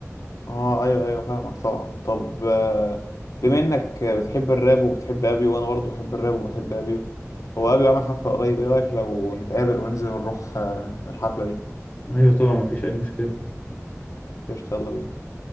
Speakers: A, on the left; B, on the left.
A: اه ايوه ايوه فاهمك طبعا طب آه، بما انك بتحب الراب وبتحب ابيو وانا برضه بحب الراب وبحب ابيو هو ابيو عامل حفله قريب ايه رايك لو نتقابل وننزل نروح آه، الحفله دي
B: ايوه طبعا مفيش اي مشكلة
A: قشطة يلا بينا